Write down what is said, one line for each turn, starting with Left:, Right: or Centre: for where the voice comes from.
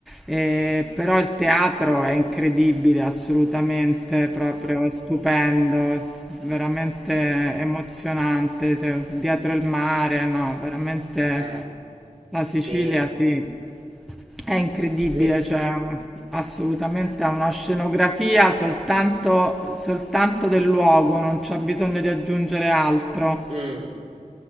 Centre: E però il teatro è incredibile, assolutamente, proprio stupendo, veramente
Right: sì,
Centre: emozionante, se- dietro il mare, no, veramente
Right: eh,
Centre: la
Right: sì.
Centre: Sicilia, sì. È incredibile,
Right: Lì.
Centre: cioè assolutamente ha una scenografia soltanto, soltanto del luogo, non c'è bisogno di aggiungere altro.
Right: Mm.